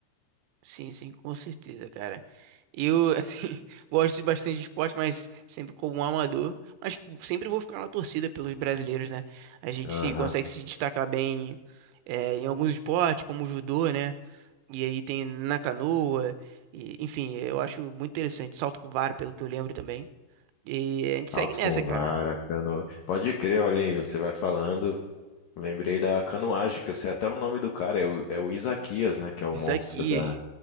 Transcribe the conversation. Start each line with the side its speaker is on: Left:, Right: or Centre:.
Right: Sim, sim, com certeza, cara. Eu, <laughs> assim, gosto de bastante de esporte, mas sempre como um amador. Mas sempre vou ficar na torcida pelos brasileiros, né? A gente
Left: Aham.
Right: se, consegue se destacar bem é, em alguns esportes, como o judô, né? E aí tem na canoa. E, enfim, eu acho muito interessante. Salto com vara, pelo que eu lembro também. E a gente
Left: Alto
Right: segue nessa,
Left: com
Right: cara.
Left: vara, canoa. Pode crer, olha aí, você vai falando. Lembrei da canoagem, que eu sei até o nome do cara, é o, é o Isaquias, né? Que é o
Right: Isso
Left: monstro
Right: aqui.
Left: da,